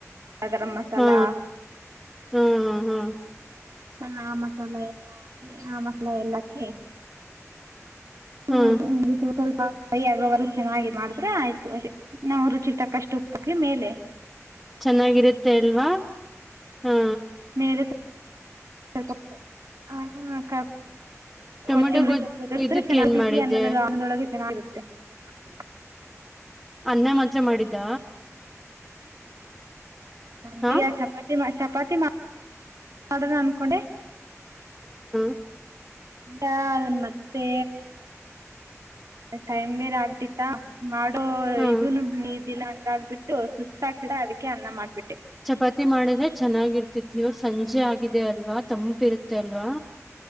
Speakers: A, on the right; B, in the centre.
A: ಗರಂ ಮಸಾಲಾ
B: ಹಾ ಹಾ ಹಾ
A: ಹ ಆ ಮಸಾಲ ಎಲ್ಲಾ ಹಾಕಿ ಆ ಮಸಾಲ ಎಲ್ಲಾಕ್ಕ <unintelligible>
B: ಹಾ
A: ಕೈಯಗುವರು ಚೆನ್ನಾಗಿ ಮಾಡಿದ್ರೆ ಆಯ್ತು ನಾವು ರುಚಿ ಇಟ್ಟಕ್ಕಷ್ಟು ಉಪ್ಪಕಿ ಮೇಲೆ
B: ಚೆನ್ನಾಗಿರುತ್ತೆ ಅಲ್ವಾ ಹಾ
A: <unintelligible> ಸಲ್ಪ ಆ ಖಾರ್
B: ಟೊಮೆಟೊ
A: ಕೊತ್ತಿಂಬರಿ
B: ಗೊಜ್
A: ಹುಡರ್ಸ್ದ್ರೆ
B: ಇದಕ್
A: ಚೆನ್ನಾಗಿ
B: ಏನ್ ಮಾಡಿದ್ದೆ
A: ಸಿ ಅನ್ನದಲ್ಲ ಅಣದೊಳಗೆ ಚೆನ್ನ <unintelligible>
B: ಅನ್ನ ಮಾತ್ರ ಮಾಡಿದ್ದ. ಹಾ
A: ಹರಿಯ ಚಪಾತಿ ಮಾಡ ಚಪಾತಿ ಮಾಡ ಮಾಡಣ ಅನ್ಕೊಂಡೆ
B: <unintelligible>
A: ಅದನ್ ಮತ್ತೆ ಟೈಮ್ ಬೇರೆ ಆಗತಿತ್ತ ಮಾಡ
B: ಹಾ
A: ಇದದುನು ಇದಿಲ್ಲ ಬಿಟ್ಟು ಸುತಾಗತಿ ಅದಕ್ಕೆ ಅನ್ನ ಮಾಡ್ಬಿಟ್ಟು
B: ಚಪಾತಿ ಮಾಡಿದ್ರೆ ಚೆನ್ನಾಗಿರ್ತ ವ ಸಂಜೆ ಆಗಿದೆ ಅಲ್ವಾ ತಂ ಇರುತ್ತೆ ಅಲ್ವಾ